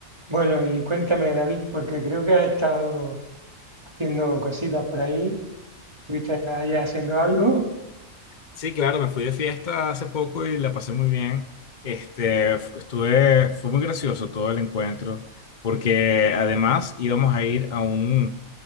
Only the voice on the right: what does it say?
Bueno, y cuéntame, David, porque creo que has estado haciendo cositas por ahí. ¿Estuviste allá haciendo algo?